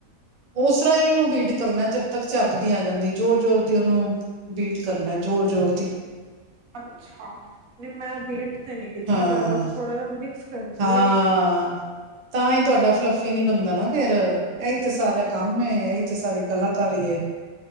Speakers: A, on the right; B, on the right.
A: ਉਸ ਤਰ੍ਹਾਂ ਹੀ ਇਹਨੂੰ ਬੀਟ ਕਰਨਾ ਜ ਤੱਕ ਝਾਗਦੀ ਨੀ ਆ ਜਾਂਦੀ, ਜੋ਼ਰ-ਜ਼ੋਰ ਦੀ ਉਹਨੂੰ ਬੀਟ ਕਰਨਾ ਜ਼ੋਰ- ਜ਼ੋਰ ਦੀ।
B: ਅੱਛਾ ਨਹੀਂ ਮੈਂ ਬੀਟ ਤੇ ਨੀ ਕੀਤਾ
A: ਹਾਂ
B: ਮੈਂ ਬਸ ਥੋੜਾ ਜਿਹਾ ਮਿਕਸ ਕਰਦੀ
A: ਹਾਂ।
B: ਆ
A: ਤਾਂ ਇਹ ਤੁਹਾਡਾ ਫਲੱਫੀ ਨੀ ਬਣਦਾ ਨਾ ਫੇਰ ਇਹੀ ਤੇ ਸਾਰਾ ਕੰਮ ਇਹੀ ਤੇ ਸਾਰੀ ਕਲਾਕਾਰੀ ਏ।